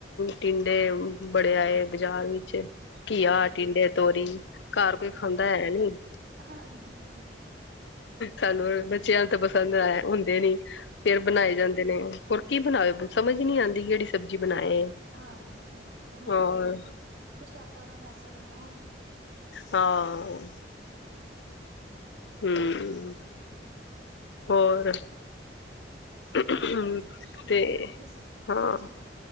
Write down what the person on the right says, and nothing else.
ਹਾਂਜੀ
ਹਾਂਜੀ! ਹਾਂਜੀ
ਹਾਂ
ਹਾਂਜੀ -ਹਾਂਜੀ ਇਹ ਮੌਸਮ
ਦੀਆਂ ਬਰਸਾਤਾਂ ਦਾ ਮੌਸਮ ਹੈ ਨਾ ਹੁਣ
ਹਾਂਜੀ-ਜੀ
ਬਸ ਕੁਛ ਨੀ
ਦੀ,
ਹਾਂਜੀ